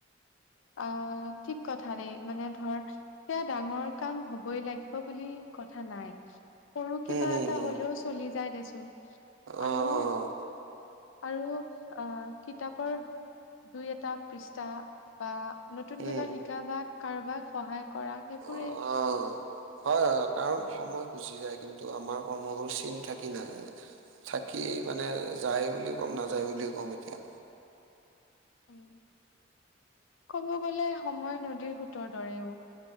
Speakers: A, on the left; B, on the right.
A: আহ ঠিক কথা দেই মানে ধৰ সেয়া ডাঙৰ কাম হবই লাগিব বুলি কথা নাই। সৰু কিবা
B: উম, হুম,
A: এটা
B: হুম,
A: হলেও চলি যায় দেচো
B: অ',
A: আৰু
B: অ',
A: আৰু আহ কিতাপৰ দুই এটা পৃষ্ঠা বা নতুন
B: উম।
A: কিবা শিকা বা কাৰোবাক সহায় কৰা সেইবোৰে।
B: অ', হয় হয় কাৰণ সময় গুচি যায় কিন্তু আমাৰ কৰ্ম হল চিন থাকি নাই থা কি মানে যায় বুলি ক'ম নাযায় বুলিও ক'ম এতিয়া।
A: <inaudible> উ কব গলে সময় নদীৰ সোতৰ দৰেও।